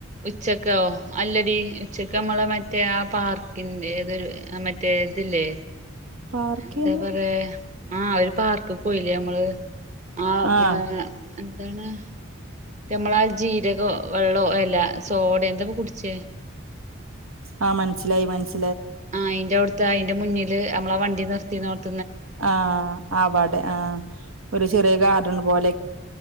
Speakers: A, on the right (about 35°); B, on the right (about 85°).
A: ഉച്ചക്കോ അല്ലടീ ഉച്ചക്ക് നമ്മള് മറ്റേ ആ പാർക്കിന്റെ ഏതൊരു മറ്റേ ഇതില്ലേ
B: പാർക്കേന്നു
A: എന്താ പറയാ ആഹ് ഒരു പാർക്ക് പോയില്ലേ ഞമ്മള് ആ <unintelligible>
B: ആഹ്
A: എന്താണ് ഞമ്മളാ ജീരകോ വെള്ളോ അല്ലാ സോഡേ എന്തക്കോ കുടിച്ചേ
B: ആഹ് മൻസിലായി മൻസ്
A: ആഹ് അയിന്റവുടുത്തെ അയിന്റ മുന്നില് ഞമ്മള വണ്ടി നിർത്തീന്നോട്
B: ആഹ് അവാടെ ആഹ് ഒരു ചെറിയ ഗാർഡണ് പോലെ